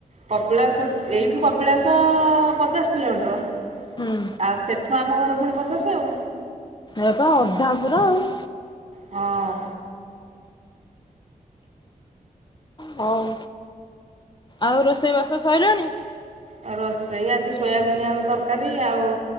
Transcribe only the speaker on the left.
ହଁ।
ଏ ପରା ଅଧା ପୁରା ଆଉ।
ହଉ ଆଉ ରୋଷେଇ ବାସ ସଇଲାଣି?